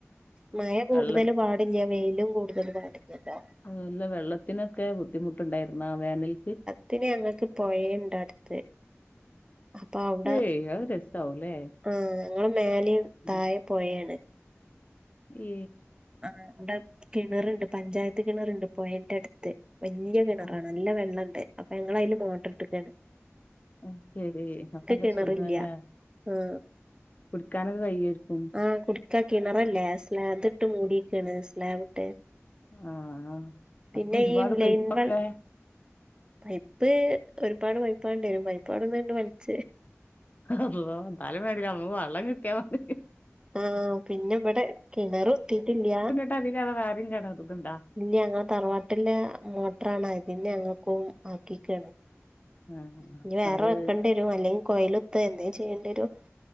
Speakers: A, on the right; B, on the left.
A: മയ കൂടുതൽ
B: വെള്ള
A: പാടില്ല. വെ യിലും കൂടുതൽ പാടില്ലല്ലോ.
B: അത നല്ല വെള്ളത്തിനൊക്കെ ബുദ്ധിമുട്ടുണ്ടായിുന്ന ആ വോനൽക്ക്
A: ത്തിന് ഞങ്ങൾക്ക് പോയേണ്ട് അടുത്ത് അപ്പൊ അവ്ടെ
B: ഏയ് അത് രസാവൂലേ
A: ആ ഞങ്ങള് മേലിം
B: ഉം.
A: താഴെ പുഴേണ്.
B: ഏ
A: ആഹ ഇവിടെ കിണറുണ്ട് പഞ്ചായത്ത് കിണറുണ്ട് പോയെന്റെ അടുത്ത് വലിയ കിണറാണ്
B: ആ
A: നല്ല വെള്ളംണ്ട് അപ്പൊ ഞങ്ങളതില് മോട്ടർടുക്കയാണ്
B: അത് ശെരി അപ്പൊല്ല
A: കിണറില്ല
B: സുഗാലെ
A: ആഹ്
B: പുട്ക്കാനൊക്കെ കയ്യേര്ക്കും.
A: ആഹ് കുടിക്കാ കിണറല്ലേ സ്ലാബ് ഇട്ട് മൂടക്കണ് സ്ലാബ് ഇട്ട്
B: ആ ആ
A: പിന്നെ
B: അപ്പൊ ഒരുപാട്
A: ഈ
B: പൈപ്പൊക്കെ
A: ലൈൻ വൾ പൈപ്പ് ഒരുപാട് പൈപ്പ് വേണ്ടിവരും പൈപ്പാടൊന്നണ്ട് വലിച്ച
B: അള്ളോ ന്നാലും വേണ്ടില്ല നമ്മു വള്ളം കിട്ടിയാ മതി.
A: ആഹ പിന്നെ ഇവിടെ കിണർ കുത്തിട്ടില്ല
B: ഇ അതില അത് വേറെണ ഇതുണ്ടോ
A: ഇന്നെ ഞങ്ങ തറവാട്ടിലെ മോട്ടറാണ് ആയിമിന്ന് ഞങ്ങൾക്കു ആക്കിക്കാണ്
B: ആ
A: ഇനി വേറെ
B: അത്
A: വെക്കേണ്ടി വരും അല്ലെങ്കിൽ കൊയിലുത്ത് എന്തേ ചെയ്യേണ്ടി വരും